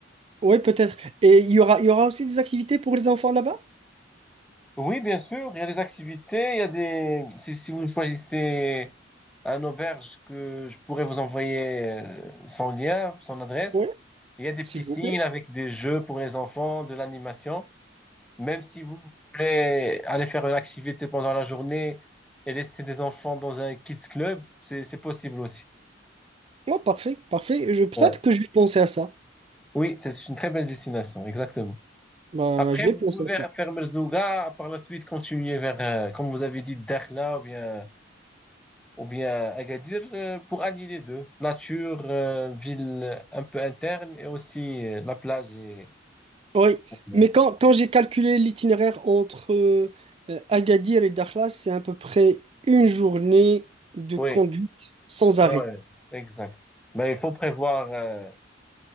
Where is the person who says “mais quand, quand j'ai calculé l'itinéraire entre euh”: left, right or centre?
Right